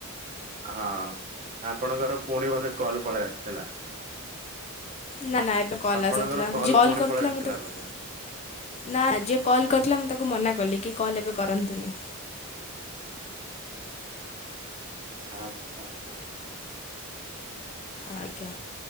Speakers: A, on the right; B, on the left.
A: ହଁ ଆପଣଙ୍କର ପୁଣି ବୋଧେ କଲ୍ ପଳେଇ ଆସିଥିଲା।
B: ନା ନା ଏବେ କଲ
A: ଆପଣଙ୍କର
B: ଆସି ନଥିଲା ଯେ କଲ୍
A: ପୁଣି
B: କରୁଥିଲା
A: ପଳେଇ ଆସିଥିଲା
B: ମୁଁ ତାକୁ
A: ବୋଧେ।
B: ନା ଯିଏ କଲ୍ କରିଥିଲା ମୁଁ ତାକୁ ମନା କଲି କି କଲ୍ ଏବେ କରନ୍ତୁନି।
A: ଆଛା ଆଚ୍ଛା।
B: ଆଜ୍ଞା।